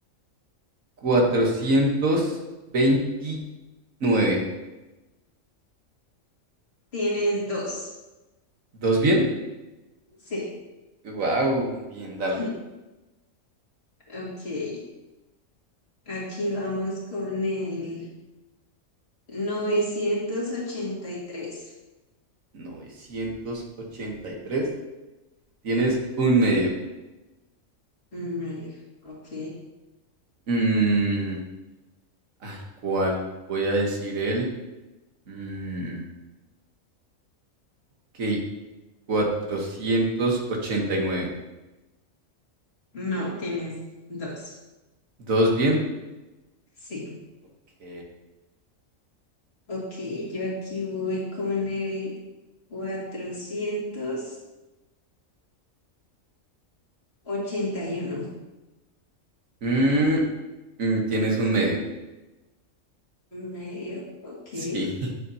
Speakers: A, on the right; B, on the left.
A: cuatrocientos veintinueve.
B: Tienes dos.
A: ¿Dos bien?
B: Sí.
A: Wow, bien, dale.
B: <laughs> Ok. Aquí vamos con el novecientos ochenta y tres
A: Novecientos ochenta y tres. Tienes un medio.
B: Marica, Ok.
A: Mm, ay, ¿cuál? Voy a decir el... mm, ok, 489.
B: No, tienes dos.
A: ¿Dos bien?
B: Sí.
A: Ok.
B: Ok. Yo aquí voy con el cuatrocientos ochenta y uno
A: Mm, mm, tienes un medio. <laughs>
B: Medio. Ok.
A: Sí.